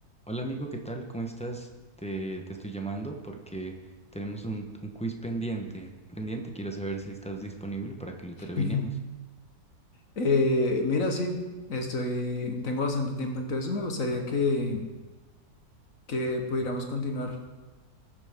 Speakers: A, in the centre; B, on the left (about 55°).
A: Hola amigo, ¿qué tal? ¿Cómo estás? Te, te estoy llamando porque tenemos un, un quiz pendiente, pendiente y quiero saber si estás disponible para que lo terminemos.
B: Ujú. Eh, mira, sí, estoy, tengo bastante tiempo, entonces sí me gustaría que, que pudiéramos continuar.